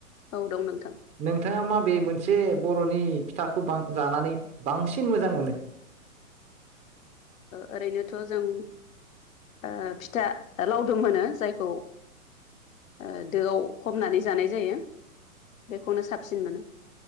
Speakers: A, on the left (about 65°); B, on the right (about 15°).
A: औ दं नोंथां
B: नोंथाङा माबे मोनसे बर'नि फिथाखौ बां जानानै बांसिन मोजां मोनो?
A: ओरैनोथ' जों ओ फिथा लावदुम होनो जायखौ ओ दोआव हमनानै जानाय जायो बेखौनो साबसिन मोनो।